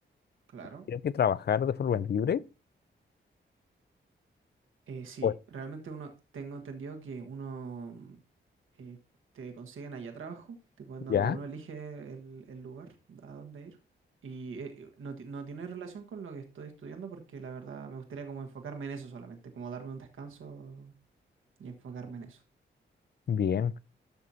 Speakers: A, on the right; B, on the left.
A: Claro.
B: creo que trabajar de forma libre.
A: Eh, sí,
B: Pues
A: realmente uno, tengo entendido que uno mm, eh, te consiguen allá trabajo, tipo en donde
B: ya.
A: uno elige el, el lugar a dónde ir. Y eh, no, ti- no tiene relación con lo que estoy estudiando porque la verdad me gustaría como enfocarme en eso solamente, como darme un descanso y enfocarme en eso.
B: Bien,